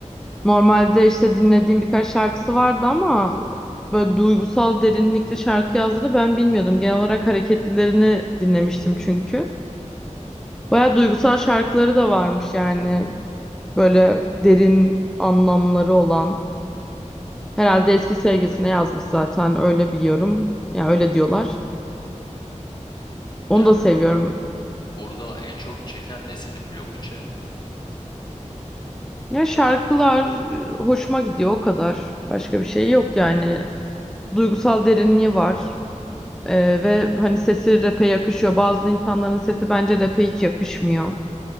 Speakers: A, in the centre; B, on the left (about 35°).
A: Normalde işte dinlediğim birkaç şarkısı vardı ama böyle duygusal derinlikli şarkı yazdığını ben bilmiyordum. Genel olarak hareketlilerini dinlemiştim çünkü. Baya duygusal şarkıları da varmış yani. Böyle derin anlamları olan. Herhalde eski sevgisine yazmış zaten öyle biliyorum. Ya öyle diyorlar. Onu
B: Ya
A: da seviyorum.
B: Burada en çok çeken ne seni blok içe?
A: Ya şarkılar e, hoşuma gidiyor o kadar. Başka bir şey yok yani. Duygusal derinliği var. Ee, ve hani sesi rap'e yakışıyor. Bazı insanların sesi bence rap'e hiç yakışmıyor.